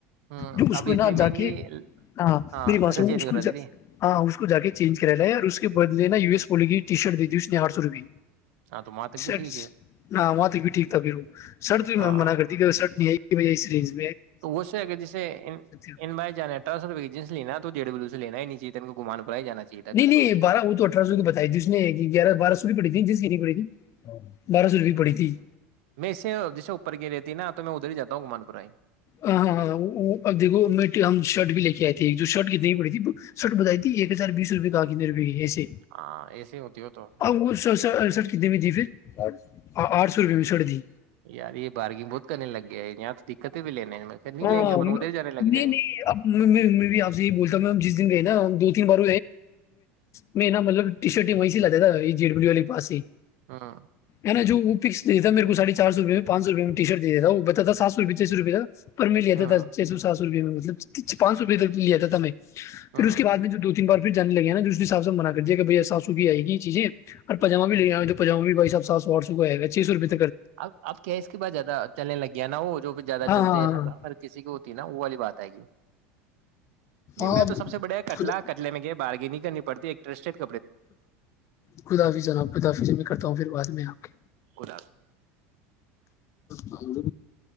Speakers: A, on the right (about 75°); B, on the left (about 40°).
A: ہوں
B: جو اس
A: ابھی
B: کو نہ
A: اتنی مہنگی
B: جا کے ہ
A: ہاں
B: ہ
A: اچھا
B: اس
A: چینج
B: کو
A: کرا دیدی
B: ہاں اس کو جا کے چینج کرا لیا اور اس کے بدلے نا ی ایس پاللیس ٹی شرٹ دیھی اس نے آٹھ سو روپئے
A: ہاں تو وہاں تک
B: شرٹ
A: بھی ٹھیک ہے
B: نہ وہاں تو بھی ٹھیک تھا پھر وہ شرٹ بھی
A: ہاں
B: میں منع کرتی کہ شرٹ نہیں آئی یہ یہی سریز
A: تو وہ سے اگر جیے
B: ہو
A: ان بائی جانا ہے اٹارہ سو روپے کی جینس لینا تھا تو ڈی ڈبلو سے لین ہے نی ت کو گمان پورہ ہی جانا چاہیے تھا
B: نہیں
A: پھر
B: نہیں
A: تو
B: بارہ وہ تو اٹھہ سو کی بتائی جس نے کہ گیہ بہ سو کی پڑھی تھی جس کی نہیں پڑھی تھی بارہ سو روپئے پڑی تھی
A: میں اسے جسے اوپر کی رہتی نا تو میں ادھر ہی جاتا ہوں گومان پورہ ہی
B: ہاں ہاں ہاں اب دھو ہم شرٹ بھی لے کے آئے تھے جو شرٹ کتنی کی پڑی تھی شرٹ بتائی تھی ایک ہزار بیس روپئے کا کتنے روپئے ای
A: ہاں ایسے ہوتی ہو تو
B: اب وہ سڑسٹ اڑسٹھ کتنے میں تھی پھر آٹھ سو روپے میں چوڑ دی
A: یار یہ بارگنگ بہت کرنے لگ گیا ہے یہاں تو دقتیں پ بھی لینے ہیں میں کہ نہیں
B: نہیں
A: لیں گے اپن ادھر جانے لگ جائیں
B: نہیں
A: گے
B: اب بھی آپ سے یہی بولتا ہوں جس دن گئے نا دو ت بار میں نا مطلب ٹی شرٹ ہی وہیں سے لاتا تھا یہ جیے ڈبلو والے پس ہی
A: ہاں
B: ا نے جو دی تھا میر کو ساڈ ھ چار سوئے پچ سوپ میں ٹی شرٹ دتا تھا وہ بچ تو سو روپ چی روپئے کا <unintelligible> پر مل جاتا
A: ہاں
B: سو سا روپئے میں مطلب پانچ روپئے تک تو لیا تھا میں پھر
A: ہاں
B: اس کے بعد میں جو دو تین بار جے لگے ناس حساب سے منا کرے کہ س سو کی آ گی چیزیں اور پجاما بھی لاما بھیو آٹ سو کائے گ چ سوپئے
A: اب اب کیا ہے اس کے بعد زیادہ چلنے لگ گیا نا وہ جو زیادہ
B: گا ہاں
A: چلتے
B: ہاں
A: ہیں
B: ہاں
A: کسی کی ہوتی نا وہ والی بات ہے نہیں
B: ہاں
A: میں
B: اب
A: تو سب سے بڑے کٹلہ
B: خود
A: کٹلے میں گ بار نہیں کرنی پڑتی ہے ایک رسٹڈ
B: خداف جناب خداف میں کرتا ہوں پھر بعد میں آپ
A: خدا
B: اک